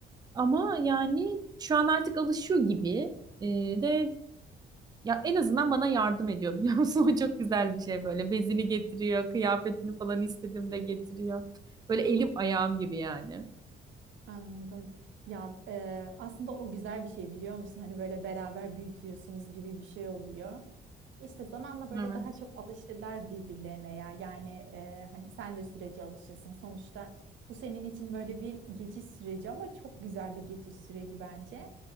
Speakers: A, on the right; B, on the right.
A: Ama yani şu an artık alışıyor gibi Ee, de ya en azından bana yardım ediyor biliyor musun? <laughs> O çok güzel bir şey böyle. Bezini getiriyor, kıyafetini falan istediğimde getiriyor. Böyle elim ayağım gibi yani.
B: Anladım. Ya e, aslında o güzel bir şey biliyor musun? Hani böyle beraber büyütüyorsunuz gibi bir şey oluyor. İşte zamanla böyle
A: Evet.
B: daha çok alışırlar birbirlerine ya. Yani e, hani sen de sürece alışırsın. Sonuçta bu senin için böyle bir geçiş süreci ama çok güzel bir geçiş süreci bence.